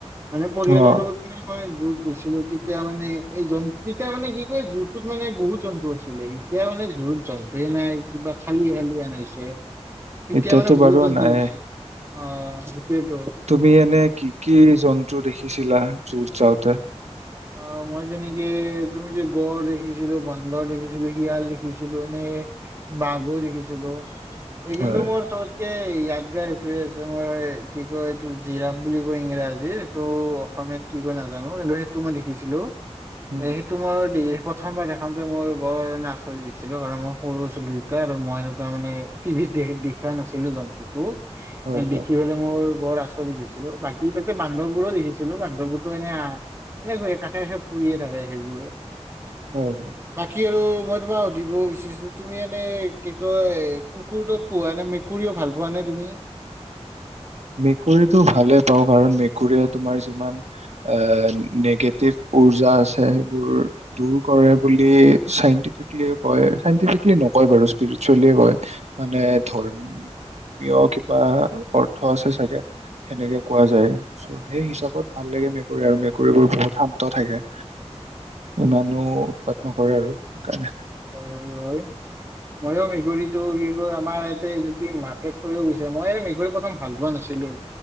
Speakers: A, on the right; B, on the right.
A: মানে পৰিয়ালৰ
B: অ'
A: লগত মানে মই জোৰত গৈছিলো তেতিয়া মানে এই জন্ত তেতিয়া মানে কি কয় জুতটোত মানে বহুত জন্তু আছিলে এতিয়া মানে জ জন্তুৱে নাই কিবা খালি খালি হেন হৈছে তেতিয়া
B: এতিয়াতো
A: মানে বহুত
B: বাৰু
A: জন্তু
B: নাই।
A: অ, সেইটোৱে টো।
B: তুমি এনে কি কি জন্তু দেখিছিলা যুত যাওঁতে।
A: অ, মই যেনেকে তুমি যে গড় দেখিছিলো বানদৰ দেখিছিলো শিয়াল দেখি দেখিছিলো এনেকে বাঘ ও দেখিছিলো এই কিন্তু
B: হয়।
A: মোৰ চবত কে এই ইয়াদ গাৰ সেইটোৱে আছে মই কি কয় এইটো জিৰাফ বুলি কয় ইংৰাজীৰ ত', অসমীয়াত কি কয় নাজানো কিন্তু মই সেইটো দেখিছিলো
B: উম,
A: এই তুমাৰ দে, প্ৰথমবাৰ দেখাওতে মইয়ো বৰ আচৰিত হৈছিলোঁ। কাৰণ মই সৰু আছিলোঁ। আৰু মই তাৰমানে টিভিত দে-দেখা নাছিলোঁ জন্তুতো।
B: হয়, হয়,
A: দেখি পে মোৰ বৰ আচৰিত হৈছিলোঁ। বাকি তাতে বান্দৰবোৰো লিখিছিলোঁ, বান্দৰবোৰতো এনে এনেকয়ে কাষে, কাষে ফুৰিয়ে থাকে সেইবোৰ।
B: হয়।
A: বাকী আৰু মই তোমাক সুধিব বিচাৰিছোঁ, তুমি এনে কি কয় কুকুৰটোক পোৱা নে মেকুৰীও ভাল পোৱা নে তুমি?
B: মেকুৰীটো ভালে পাওঁ, কাৰণ মেকুৰীয়ে তোমাৰ যিমান আ, নিগেটিভ উৰ্জা আছে সেইবোৰ দুৰ কৰে বুলি চাইনটিফিকলিয়ে কয়, চাইঅন্টোফিকলি নকয় বাৰু স্পিৰিচুৱেলিয়ে কয়। মানে ধৰ্মীয় কিবা অৰ্থ আছে চাগে। সেনেকে কোৱা যায়। চ' সেই হিচাপত ভাল লাগে মেকুৰী, আৰু মেকুৰীবোৰ বহুত শান্ত থাকে। ইমানো উৎপাত নকৰে আৰু, সেইকাৰণে।
A: হয়, হয়, হয়। মইও মেকুৰীটো কি কয় আমাৰ ইয়াতে এইটো কি মাৰ্কেট হৈও গৈছে। মই এ, মেকুৰি প্ৰথম ভাল পোৱা নাছিলোঁ।